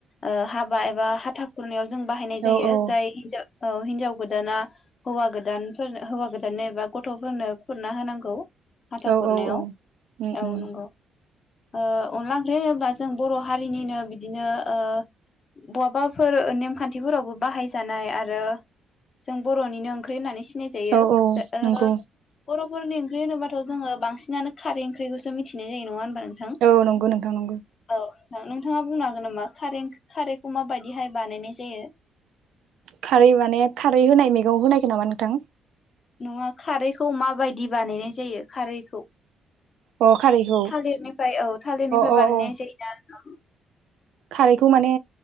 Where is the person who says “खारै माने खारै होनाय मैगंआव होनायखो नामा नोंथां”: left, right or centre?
Right